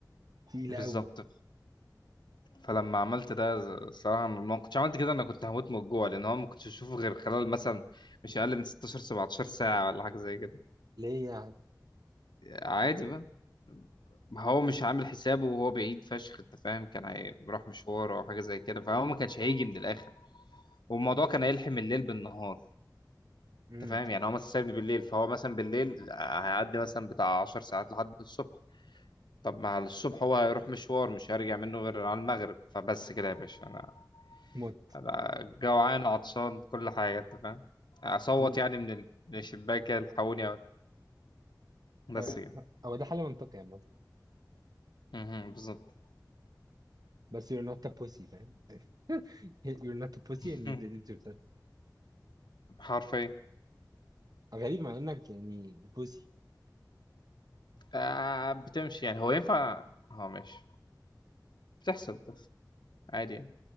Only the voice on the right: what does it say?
تقيله
قوي
ليه يعني
مم.
موت
كمان
آه،
هو ده حل منطقي عامه
بس you're not a pussy فاهم <laughs> you're not a pussy
and you did it yourself
غريب مع انك يعني pussy